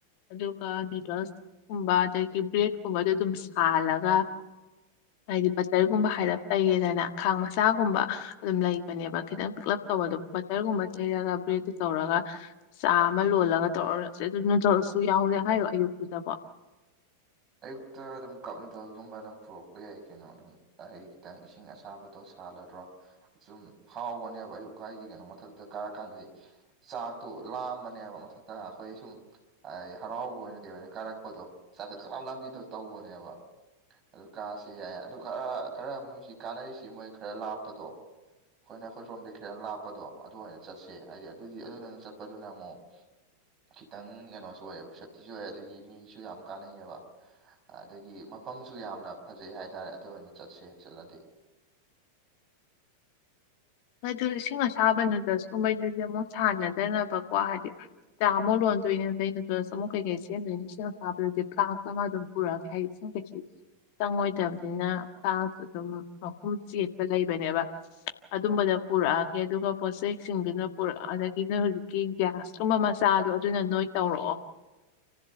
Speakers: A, on the left; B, on the right.
A: ꯑꯗꯨꯒ ꯅꯨꯗꯜꯁꯀꯨꯝꯕ ꯑꯗꯒꯤ ꯕ꯭ꯔꯦꯗ ꯀꯨꯝꯕꯗꯣ ꯑꯗꯨꯝ ꯁꯥꯍꯜꯂꯒ ꯍꯥꯏꯗꯤ ꯕꯇꯔꯒꯨꯝꯕ ꯍꯥꯏꯔꯞ ꯇꯩꯔꯦꯗꯅ ꯈꯥꯡ ꯃꯆꯥꯒꯨꯝꯕ ꯑꯗꯨꯝ ꯂꯩꯕꯅꯦꯕ ꯈꯤꯇꯪ ꯄꯤꯛꯂꯞ ꯇꯧꯕꯗꯣ ꯕꯇꯔꯒꯨꯝꯕ ꯇꯩꯅꯔꯒ ꯕ꯭ꯔꯦꯗꯇꯨ ꯇꯧꯔꯒ ꯆꯥ ꯑꯃ ꯂꯣꯜꯂꯒ ꯇꯧꯔꯁꯦ ꯑꯗꯨ ꯅꯨꯗꯜꯁꯁꯨ ꯌꯥꯎꯒꯦ ꯍꯥꯏꯔꯣ ꯑꯌꯨꯛꯇꯨꯗꯕꯣ <inaudible>
B: ꯑꯌꯨꯛꯇ ꯑꯗꯨꯝ ꯀꯞ ꯅꯨꯗꯜꯒꯨꯝꯕ ꯑꯗꯨꯝ ꯄꯨꯔꯛꯄ ꯌꯥꯏ ꯀꯩꯅꯣ ꯑꯗꯨꯝ ꯑꯩꯩ ꯈꯤꯇꯪ ꯏꯁꯤꯡ ꯑꯁꯥꯕ ꯇꯣ ꯁꯥꯍꯜꯂꯗ꯭ꯔꯣ ꯁꯨꯝ ꯍꯥꯎꯕꯅꯦꯕ ꯑꯌꯨꯛꯀꯥꯏꯒꯤ ꯀꯩꯅꯣ ꯃꯊꯛꯇ ꯀꯥꯔ ꯀꯥꯟꯗꯗꯤ ꯆꯥꯛꯇꯣ ꯂꯥꯛꯑꯝꯕꯅꯦꯕ ꯃꯊꯛꯇ ꯑꯩꯈꯣꯏ ꯁꯨꯝ ꯑ ꯍꯔꯥꯎꯕ ꯑꯣꯏꯅ ꯀꯩ ꯑꯣꯏꯅ ꯀꯥꯔꯛꯄꯗꯣ ꯁꯠꯂꯥꯎ ꯂꯪꯕꯤꯗꯣ ꯇꯧꯕꯅꯦꯕ ꯑꯗꯨ ꯀꯥꯁꯤ ꯌꯥꯏ ꯑꯗꯨ ꯈꯔ ꯈꯔ ꯃꯣꯏꯁꯤ ꯀꯥꯟꯅꯔꯤꯁꯤ ꯃꯣꯏ ꯈꯔ ꯂꯥꯞꯄꯗꯣ ꯑꯩꯈꯣꯏꯅ ꯑꯩꯈꯣꯏ ꯁꯣꯝꯗꯒꯤ ꯈꯤꯇꯪ ꯂꯥꯞꯄꯗꯣ ꯑꯗꯨ ꯑꯣꯏꯅ ꯆꯠꯁꯦ ꯍꯥꯏꯗꯤ ꯑꯗꯨꯗꯤ ꯑꯗꯨꯗꯨꯅ ꯆꯠꯄꯗꯨꯅ ꯑꯃꯨꯛ ꯈꯤꯇꯪ ꯀꯩꯅꯣꯁꯨ ꯑꯣꯏꯌꯦꯕ ꯁꯦꯞꯇꯤꯁꯨ ꯑꯣꯏ ꯑꯗꯒꯤ ꯃꯤꯁꯨ ꯌꯥꯝ ꯀꯥꯟꯅꯩꯌꯦꯕ ꯑꯗꯒꯤ ꯃꯐꯝꯁꯨ ꯌꯥꯝꯅ ꯐꯖꯩ ꯍꯥꯏꯇꯥꯔꯦ ꯑꯗꯨ ꯑꯣꯏꯅ ꯆꯠꯁꯦ ꯆꯠꯂꯗꯤ
A: <inaudible> ꯑꯗꯨ ꯏꯁꯤꯡ ꯑꯁꯥꯕꯅ ꯗꯁ ꯀꯨꯝꯕꯩꯗꯨꯗꯤ ꯑꯃꯨꯛ ꯁꯥꯟꯅꯗꯅꯕꯀꯣ ꯍꯥꯏꯗꯤ ꯆꯥꯃꯨꯛ ꯂꯣꯟ ꯗꯣꯏꯅꯦ ꯑꯗꯩꯗꯨꯗ ꯗꯁꯃꯣꯛ ꯀꯩꯀꯩ ꯁꯦꯝꯗꯣꯏꯅꯦ ꯏꯁꯤꯡ ꯑꯁꯥꯕꯗꯨꯗꯤ ꯐ꯭ꯂꯥꯛꯁ ꯑꯃ ꯑꯗꯨꯝ ꯄꯨꯔꯛꯑꯒꯦ ꯍꯥꯏꯗꯤ ꯏꯁꯤꯡ ꯀꯩꯁꯨ ꯆꯪꯉꯣꯏꯗꯕꯅꯤꯅ ꯐ꯭ꯂꯥꯛꯁꯁꯨ ꯑꯗꯨꯝ ꯃꯈꯨꯝ ꯆꯦꯠꯄ ꯂꯩꯕꯅꯦꯕ ꯑꯗꯨꯝꯕꯗ ꯄꯨꯔꯛꯑꯒꯦ ꯑꯗꯨꯒ ꯄꯣꯠꯆꯩꯁꯤꯡꯗꯨꯅ ꯄꯨꯔꯛꯑ ꯑꯗꯒꯤ ꯅꯣꯏ ꯍꯧꯖꯤꯛꯀꯤ ꯒ꯭ꯌꯥꯁꯇꯨꯃ ꯃꯆꯥꯗꯨ ꯑꯗꯨꯅ ꯅꯣꯏ ꯇꯧꯔꯛꯑꯣ